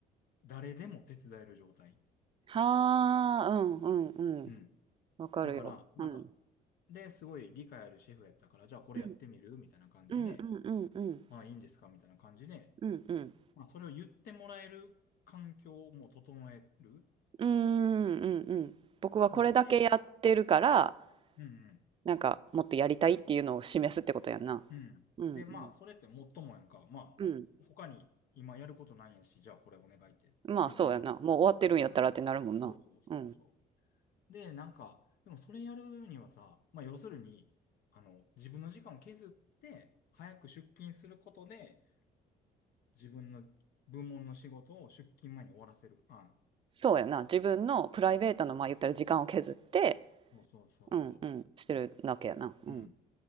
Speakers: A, on the left (about 65°); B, on the right (about 30°).
A: 誰でも手伝える状態。
B: はあ、うんうんうん。
A: うん。
B: わかるよ。
A: だから、なんか、
B: うん。
A: で、すごい理解あるシェフやったから、じゃあこれやってみるみたいな感じで、
B: うん。うんうんうんうん。
A: まあいいんですかみたいな感じで、
B: うんうん。
A: まあそれを言ってもらえる環境も整える。
B: うんうんうん。僕はこれだけやってるから、
A: でもそれやる。うんうん。
B: なんかもっとやりたいっていうのを示すってことやんな。
A: うん。
B: うんうん。
A: で、まあ、それってもっともやんか。ま
B: うん。
A: あ、他に今やることないんやし、じゃあこれお願いってできる
B: まあそうやな。もう終わってるんやったらってなるもんな。
A: シフトにそうそうそうそ
B: うん。
A: う。で、なんか、でもそれやるにはさ、まあ、要するに、あの、自分の時間を削って、早く出勤することで、自分の部門の仕事を出勤前に終わらせる。あ、
B: そうやな。自分のプライベートの、まあ言ったら時間を削って、
A: そうそうそうそ
B: うんうん、してるわけやな。うん。
A: う。うん。